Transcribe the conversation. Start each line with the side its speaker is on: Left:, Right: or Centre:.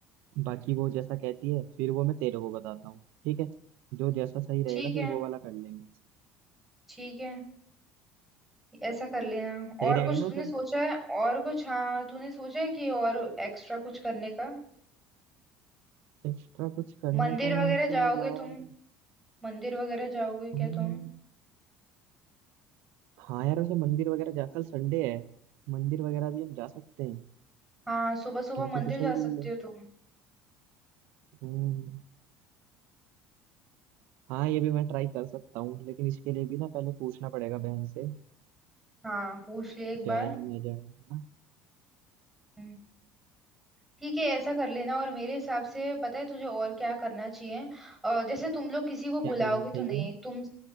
Right: बाकी वो जैसा कहती है फिर वो मैं तेरे को बताता हूँ ठीक है जो जैसा सही रहेगा
Centre: ठीक
Right: फिर
Centre: है
Right: वो वाला कर लेंगे
Centre: ठीक है ऐसा कर लेना
Right: सही
Centre: और
Right: रहेगा
Centre: कुछ
Right: ना
Centre: तूने
Right: सब
Centre: सोचा है और कुछ हाँ तूने सोचा है कि और एक्स्ट्रा कुछ करने का
Right: एक्स्ट्रा कुछ करने
Centre: मंदिर
Right: का
Centre: वगैरह
Right: तो
Centre: जाओगे
Right: यार
Centre: तुम मंदिर वगैरह जाओगे
Right: हम-
Centre: क्या तुम
Right: हाँ यार वैसे मंदिर वगैरह जा कल संडे है मंदिर वगैरह भी हम जा सकते हैं
Centre: हाँ सुबह सुबह
Right: कहते
Centre: मंदिर
Right: तो सही
Centre: जा
Right: रही
Centre: सकते
Right: है
Centre: हो तुम
Right: हम्म हाँ ये भी मैं ट्राई कर सकता हूँ लेकिन इसके लिए भी ना पहले पूछना पड़ेगा बहन से
Centre: हाँ पूछ ले एक बार
Right: जाए या नहीं जाए है ना
Centre: हम्म। ठीक है ऐसा कर लेना और मेरे हिसाब से पता है तुझे और क्या करना चाहिए अ, जैसे तुम लोग किसी को बुलाओगे
Right: क्या करना
Centre: तो
Right: चाहिए
Centre: नहीं तुम